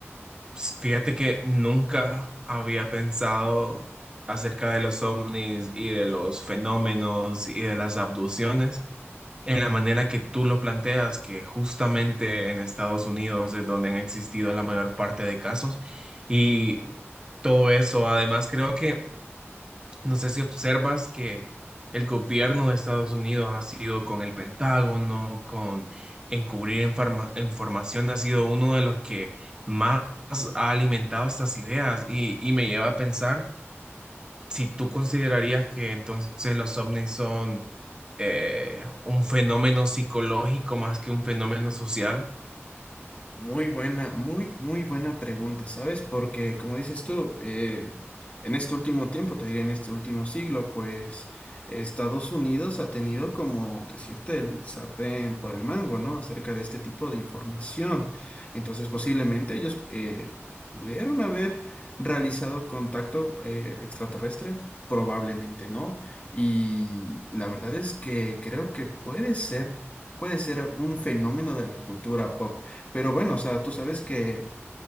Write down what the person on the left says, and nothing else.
Muy buena, muy, muy buena pregunta, ¿sabes? Porque como dices tú, eh, en este último tiempo, te diría en este último siglo, pues Estados Unidos ha tenido como decirte el sartén por el mango, ¿no? Acerca de este tipo de información. Entonces, posiblemente ellos eh, pudieron haber realizado contacto eh, extraterrestre, probablemente no. Y la verdad es que creo que puede ser, puede ser un fenómeno de la cultura pop. Pero bueno, o sea, tú sabes que